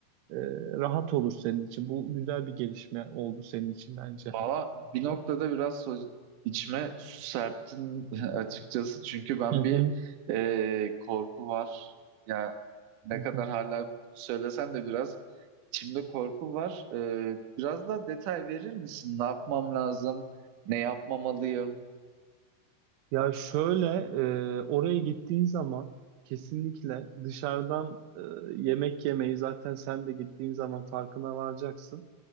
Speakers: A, on the right; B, on the right.
A: E, rahat olur senin için. Bu güzel bir gelişme oldu senin için bence.
B: Valla bir noktada biraz so- içime su serptin <laughs> açıkçası. Çünkü ben
A: Hı
B: bir
A: hı.
B: e, korku var. Ya ne
A: Hı
B: kadar
A: hı.
B: hala söylesen de biraz içimde korku var. E, biraz daha detay verir misin? Ne yapmam lazım? Ne yapmamalıyım?
A: Ya şöyle e, oraya gittiğin zaman kesinlikle dışarıdan e, yemek yemeyi zaten sen de gittiğin zaman farkına varacaksın.